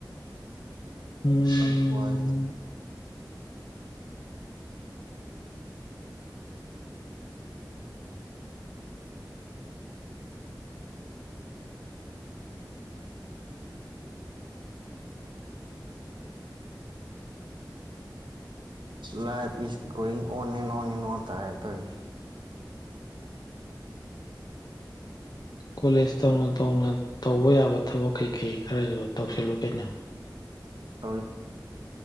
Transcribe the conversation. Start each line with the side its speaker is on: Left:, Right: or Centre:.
Left: Um
Right: <inaudible> ꯈꯨꯋꯥꯖꯤꯗꯤ꯫ life is on ꯅꯦꯅꯣ-ꯅꯦꯅꯣ ꯇꯥꯏꯍꯦ ꯇꯧꯔꯤꯁꯦ꯫
Left: ꯀꯣꯂꯦꯖ ꯇꯧꯅ-ꯇꯧꯅ ꯇꯧꯕ ꯌꯥꯕ ꯊꯕꯛ ꯀꯩ ꯀꯩ ꯈꯔꯁꯨ ꯇꯧꯁꯤꯜꯂꯨ ꯀꯩꯅꯣ꯫
Right: <inaudible>